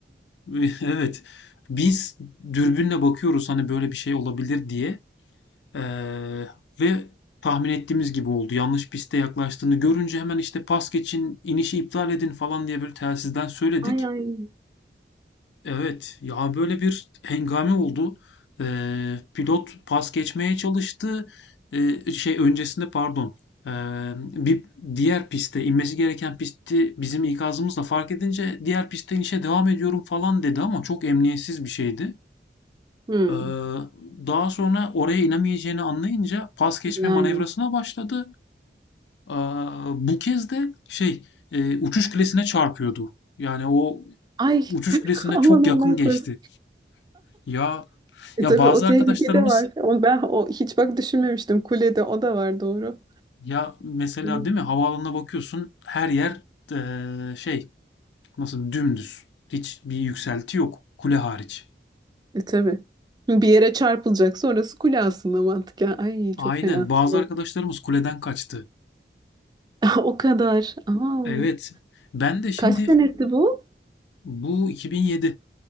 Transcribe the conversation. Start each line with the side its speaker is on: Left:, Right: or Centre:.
Left: Ve <laughs> Evet. Biz dürbünle bakıyoruz hani böyle bir şey olabilir diye. Ee, ve tahmin ettiğimiz gibi oldu. Yanlış piste yaklaştığını görünce hemen işte pas geçin, inişi iptal edin falan diye böyle telsizden söyledik.
Right: Ay ay.
Left: Evet ya böyle bir hengame oldu. Ee, pilot pas geçmeye çalıştı. Ee, şey öncesinde pardon. Ee, bir diğer piste inmesi gereken pisti bizim ikazımızla fark edince diğer piste inişe devam ediyorum falan dedi ama çok emniyetsiz bir şeydi.
Right: Hı.
Left: Ee, daha sonra oraya inemeyeceğini anlayınca pas geçme
Right: Yani.
Left: manevrasına başladı. Ee, bu kez de şey e, uçuş kulesine çarpıyordu. Yani o
Right: Ay
Left: uçuş
Right: <laughs>
Left: kulesine
Right: aman
Left: çok yakın
Right: Allah
Left: geçti.
Right: korusun.
Left: Ya
Right: E
Left: ya
Right: tabii
Left: bazı
Right: o tehlike
Left: arkadaşlarımız
Right: de var. Onu ben o hiç bak düşünmemiştim. Kulede o da var doğru.
Left: ya mesela
Right: Evet.
Left: değil mi havaalanına bakıyorsun her yer e, şey nasıl dümdüz. Hiç bir yükselti yok kule hariç.
Right: E tabii. Bir yere çarpılacaksa orası kule aslında mantıken. Ay çok
Left: Aynen
Right: fena.
Left: bazı
Right: Doğru.
Left: arkadaşlarımız
Right: <laughs>
Left: kuleden kaçtı.
Right: O kadar. Aa,
Left: Evet ben de şimdi
Right: kaç senesi bu?
Left: bu 2007